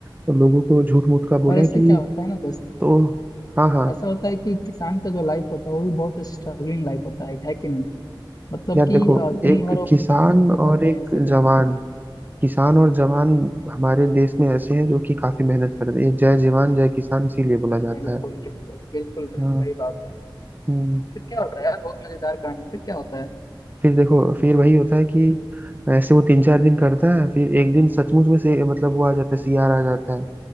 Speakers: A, on the right; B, on the left.
A: तो लोगों को झूठ मूठ का बोला
B: और ऐसा
A: कि
B: क्या होता है ना दोस्त
A: तो हाँ हाँ
B: ऐसा होता है कि किसान का जो लाइफ होता है वो भी बहुत स्ट्रगलिंग लाइफ होता है है कि नहीं मतलब
A: यार
B: कि
A: देखो
B: अ, दिन
A: एक
B: भर वो अपने
A: किसान
B: खेतों में बिताते
A: और एक
B: हैं ऐसे कर
A: जवान किसान और जवान हमारे देश में ऐसे हैं जो कि काफी मेहनत करते हैं जय जवान जय किसान इसीलिए बोला जाता
B: बिल्कुल
A: है
B: बिल्कुल बिल्कुल भाई
A: हाँ
B: वही बात है
A: हम्म।
B: फिर क्या होता है यार बहुत मजेदार कहानी फिर क्या होता है
A: फिर देखो फिर वही होता है कि ऐसे वो तीन चार दिन करता है फिर एक दिन सचमुच में से मतलब वो आ जाता है सियार आ जाता है